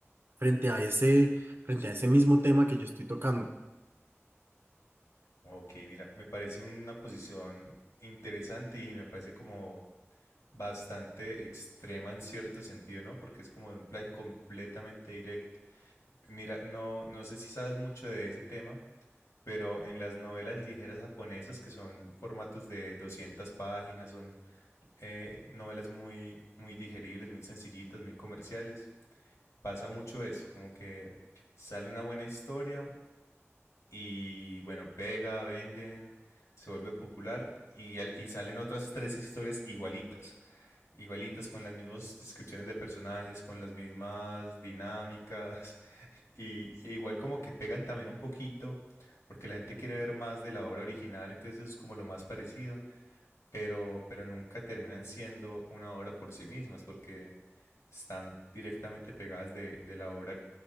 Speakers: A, on the right; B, on the left.
A: frente a ese, frente a ese mismo tema que yo estoy tocando.
B: Ok, mira, me parece una posición interesante y me parece como bastante extrema en cierto sentido, ¿no? Porque es como de un plagio completamente directo. Mira, no, no sé si sabes mucho de ese tema, pero en las novelas ligeras japonesas, que son formatos de 200 páginas, son eh, novelas muy, muy digeribles, muy sencillitas, muy comerciales, pasa mucho eso, como que sale una buena historia y bueno, pega, venden. Se vuelve popular y, al- y salen otras tres historias igualitas igualitas, con las mismas descripciones de personajes, con las mismas dinámicas, <laughs> y e igual como que pegan también un poquito, porque la gente quiere ver más de la obra original, entonces es como lo más parecido, pero, pero nunca terminan siendo una obra por sí mismas, porque están directamente pegadas de, de la obra